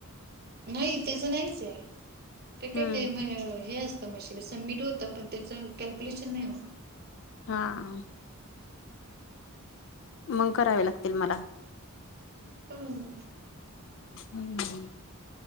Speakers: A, on the right; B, on the left.
A: नाही त्यास नाहीच आहे ते
B: हम्म
A: काय ते म हे असं म सबमिट होतं पण त्याचं कॅल्क्युलेशन नाही होत.
B: हा मग करावे लागतील मला
A: हम्म
B: हम्म